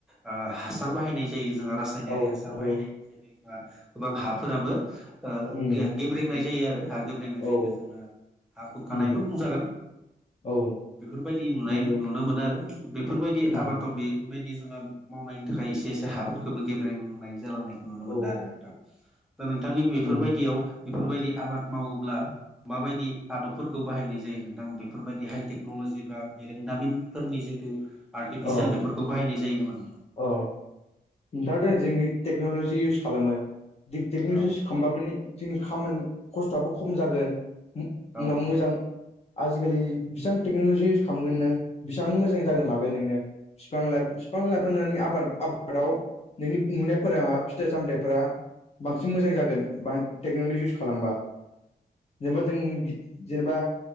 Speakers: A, in the centre; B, on the left (about 40°).
A: ओ हासार बाहायनाय जायो जोंहा रा सायनारि
B: औ
A: हासार
B: नंगौ
A: बाहायनाय जायो बा गोबां हाफोराबो ओ
B: उम
A: गेब्रेंनाय जायो आरो हा गेब्रेेंनाय
B: औ
A: जायखो जोङो हा खुरखानायबो
B: उम
A: बुंजागोन।
B: औ
A: बेफोरबायदि नुनाय
B: नंगौ
A: नुनो मोनो आरो। बेफोरबायदि
B: उम
A: आबादाव बे बायदि जोंहा मावनायनि थाखाय एसे एसे हाफोरखोबो गेब्रेंनाय जालांनाय नुनो मोनदों
B: औ
A: आरो नोंथां। दा नोंथांनि बेफोरबायदियाव
B: उम
A: बेफोरबायदि आबाद मावोब्ला माबायदि आदबफोरखौ बाहायनाय जायो नोंथां बेफोरबायदि हाइ टेक्न'लजि बा बिरोंदामिन फोरनि जिथु आर्टिफिसियेल
B: अ
A: बेफोरखौ बाहायनाय जायो नामा?
B: अ दाथ' जोंनि टेक्न'लजि इउस खालामो दिग-टेक्न'ल
A: औ
B: खालामबा माने जोंनि खामानि खस्थ'आबो खम जागोन उ-उनाव
A: औ
B: मोजां आजिखालि बेसेबां टेक्न'लजि इउस खालामगोन नों बेसिबांनो मोजां जागोन माबा बे नोंनो फिफां लाइफ फिफां ला नुनानै आबाद आबादाव नोंनि नुनायफोरा फिथाइ सामथाइफोरा बांसिन मोजां जागोन बां टेक्न'लजि इउस खालामबा। जेनबा जों जेनेबा